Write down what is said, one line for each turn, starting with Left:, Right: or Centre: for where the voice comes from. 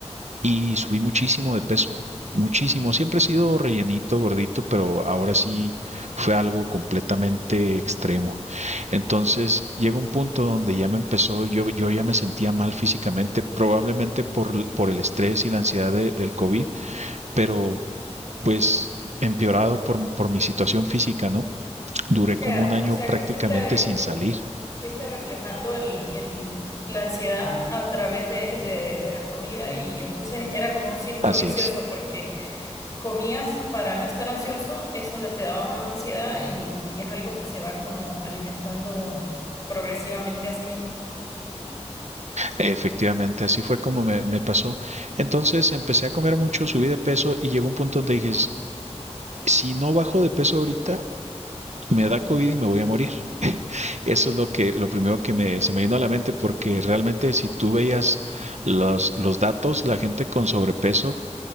Right: y subí muchísimo de peso, muchísimo. Siempre he sido rellenito, gordito, pero ahora sí fue algo completamente extremo. Entonces llega un punto donde ya me empezó, yo, yo ya me sentía mal físicamente, probablemente por, l- por el estrés y la ansiedad de- del COVID, pero pues empeorado por, por mi situación física, ¿no? Duré
Left: O
Right: como
Left: sea,
Right: un año
Left: o sea
Right: prácticamente
Left: que fuiste,
Right: sin salir.
Left: fuiste reflejando el, el- la ansiedad a través de, de de la comida y entonces era como un círculo
Right: Así
Left: vicioso
Right: es.
Left: porque comías para no estar ansioso, eso de- te daba más ansiedad y, y es algo que se va como alimentando progresivamente a sí mismo.
Right: Efectivamente, así fue como me, me pasó. Entonces empecé a comer mucho, subí de peso y llegó un punto donde dije, "S- si no bajo de peso ahorita, me da COVID y me voy a morir. Eso es lo que, lo primero que me, se me vino a la mente, porque realmente si tú veías los, los datos, la gente con sobrepeso